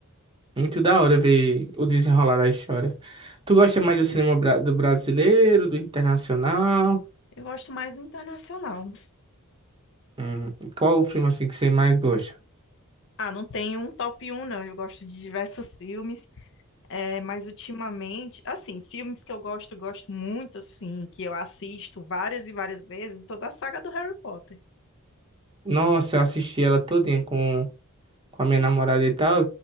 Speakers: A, on the right (about 25°); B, on the left (about 60°).
A: muito da hora ver o desenrolar da história. Tu gosta mais do cinema bra- do brasileiro, do internacional?
B: Eu gosto mais do internacional.
A: Hum, qual o filme assim que você mais gosta?
B: Ah, não tenho um top um não, eu gosto de diversos filmes. É, mas ultimamente, assim, filmes que eu gosto, gosto muito, assim, que eu assisto várias e várias vezes, toda a saga do Harry Potter.
A: Nossa, eu assisti ela todinha com, com a minha namorada e tal,